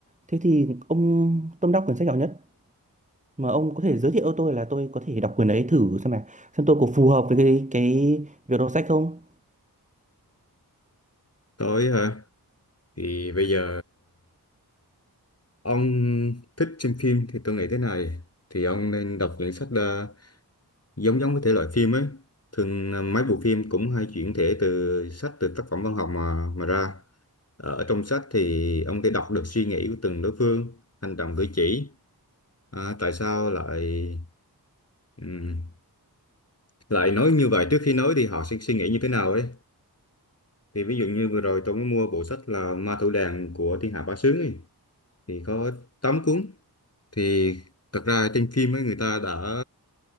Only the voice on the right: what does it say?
Thế thì ông tâm đắc quyển sách nào nhất? Mà ông có thể giới thiệu cho tôi là tôi có thể đọc quyển ấy thử xem mà xem tôi có phù hợp với cái cái việc đọc sách không?